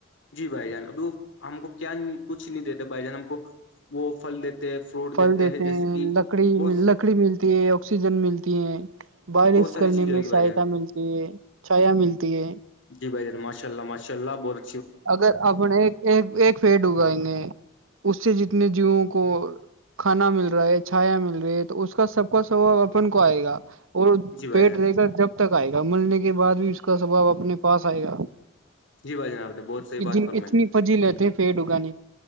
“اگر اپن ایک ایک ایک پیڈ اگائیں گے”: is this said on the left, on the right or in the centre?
Right